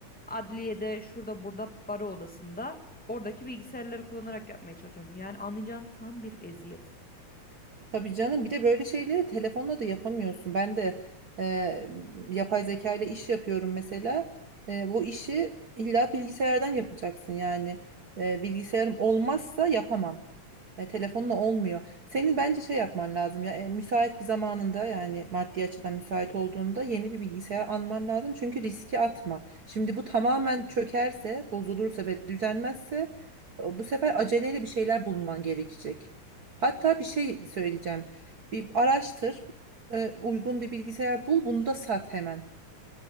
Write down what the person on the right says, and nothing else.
tabii canım bir de böyle şeyleri telefonla da yapamıyorsun. Ben de e, yapay zeka ile iş yapıyorum mesela. E, bu işi illa bilgisayardan yapacaksın yani. E, bilgisayarım olmazsa yapamam. E, telefonla olmuyor. Senin bence şey yapman lazım ya e, müsait bir zamanında yani maddi açıdan müsait olduğunda yeni bir bilgisayar alman lazım. Çünkü riski atma. Şimdi bu tamamen çökerse, bozulursa ve düzenmezse o- bu sefer aceleyle bir şeyler bulman gerekecek. Hatta bir şey söyleyeceğim. Bir araştır, e, uygun bir bilgisayar bul, bunu da sat hemen.